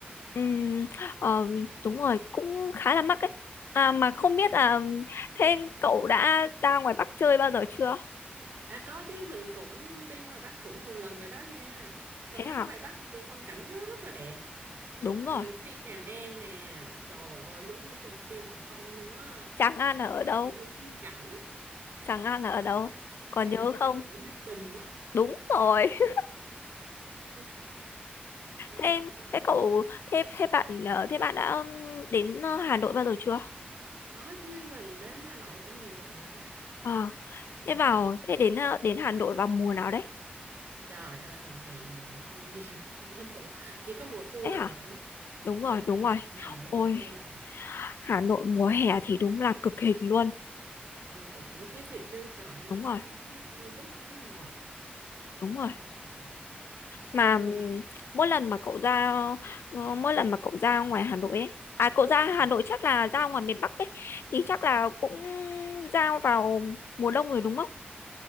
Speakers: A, on the left; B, on the right.
A: Ừm, ờ, đúng rồi cũng khá là mắc ấy à, mà không biết là thế cậu đã ra ngoài Bắc chơi bao giờ chưa
B: À có chứ mình cũng đi ngoài Bắc cũng nhiều lần rồi đó nha. Mình
A: thế
B: thấy
A: hả
B: ngoài Bắc thì phong cảnh nó rất là đẹp.
A: đúng rồi
B: Mình cứ đi Tràng An nè. Trời ơi giống như trong phim Hồng Kông luôn á.
A: Tràng An là ở đâu?
B: Vậy như tiên cảnh á.
A: Tràng An là ở đâu? Còn
B: Tràng
A: nhớ
B: An
A: không?
B: như ở Ninh Bình á.
A: Đúng rồi. <laughs>
B: <laughs> Ờ,
A: Thế em,
B: trời.
A: thế cậu, thế thế bạn, ờ, thế bạn đã ừm, đến ờ, Hà Nội bao giờ chưa?
B: Có chứ mình đến Hà Nội cũng nhiều lần rồi đó.
A: Ờ,
B: Ừ.
A: thế vào, thế đến ờ, đến Hà Nội vào mùa nào đấy?
B: Trời ơi mùa hè mùa đông <laughs> gì đến đủ. Chỉ có mùa thu
A: Đấy
B: là
A: hả?
B: đẹp nhé.
A: Đúng rồi,
B: Đó,
A: đúng rồi.
B: Hà Nội
A: Ôi,
B: mùa thu là đẹp.
A: Hà Nội mùa hè thì đúng là cực hình luôn.
B: Ờ, khủng khiếp thiệt chứ trời nó
A: Đúng
B: nó
A: rồi,
B: không khí nó ôi bức nó ngọt.
A: đúng rồi.
B: À, dạ
A: mà
B: nhưng
A: ừm,
B: mà
A: mỗi lần mà cậu ra ờ, mỗi lần mà cậu ra ngoài Hà Nội ấy à cậu ra
B: À,
A: Hà Nội chắc là ra ngoài miền Bắc ấy thì chắc là cũng ra vào mùa đông rồi đúng không